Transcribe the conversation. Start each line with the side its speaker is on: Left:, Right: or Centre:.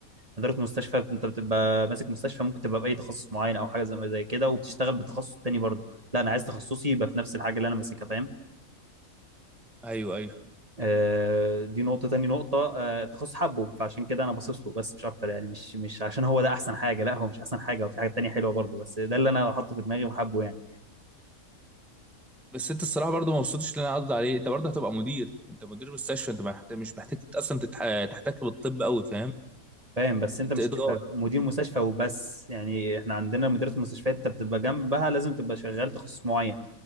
Right: اداره مستشفى انت بتبقى ماسك مستشفى ممكن تبقى باي تخصص معين او حاجه زي زي كده وبتشتغل بتخصص تاني برضه لا انا عايز تخصصي يبقى في نفس الحاجه اللي انا ماسكها فاهم
Centre: ايوه ايوه
Right: آه، دي نقطة تاني نقطة آه، تخص حبه فعشان كده أنا باصص له بس مش أكتر يعني مش مش عشان هو ده أحسن حاجة لا هو مش أحسن حاجة وفي حاجات تانية حلوة برضه بس ده اللي أنا حاطه في دماغي وحبه يعني
Centre: بس انت الصراحه برضو ما وصلتش اللي انا قصدي عليه انت برضو هتبقى مدير انت مدير مستشفى انت ما محت... مش محتاج اصلا تتح... تحتك بالطب قوي فاهم
Right: فاهم بس أنت
Centre: انت
Right: مش
Centre: اداره
Right: تبقى مدير مستشفى وبس يعني إحنا عندنا مديرة المستشفيات أنت بتبقى جنبها لازم تبقى شغال تخصص معين